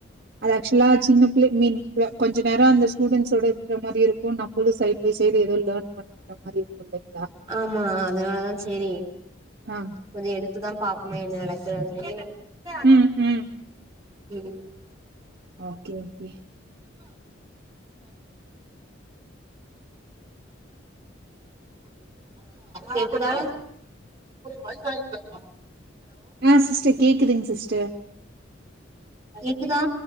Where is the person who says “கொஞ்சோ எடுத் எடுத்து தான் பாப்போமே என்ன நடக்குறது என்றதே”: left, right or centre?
Right